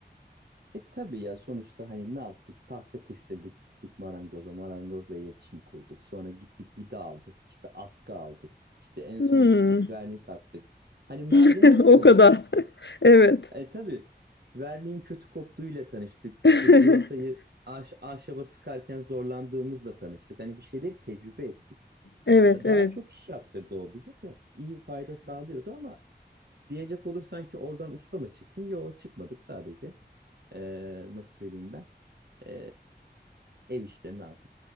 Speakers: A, on the right; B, on the left.
A: e, tabii ya sonuçta hani ne yaptık? Tahta kestirdik gittik marangoza. Marangozla iletişim kurduk. Sonra gittik vida aldık. işte askı aldık. İşte en
B: Hmm.
A: son gittik vernik attık. Hani malzemeyle
B: <laughs> O
A: tanıştık.
B: kadar. <laughs> Evet.
A: E tabii verniğin kötü koktuğuyla tanıştık. İşte
B: <laughs>
A: civatayı ahş- ahşaba sıkarken zorlandığımızla tanıştık. Hani bir şeyleri tecrübe ettik.
B: Evet,
A: E,
B: evet.
A: Daha çok iş yaptırdı o bize de. İyi fayda sağlıyordu ama diyecek olursan ki oradan usta mı çıktın? Yok çıkmadık sadece. Ee, nasıl söyleyeyim ben? Ee, ev işlerini artık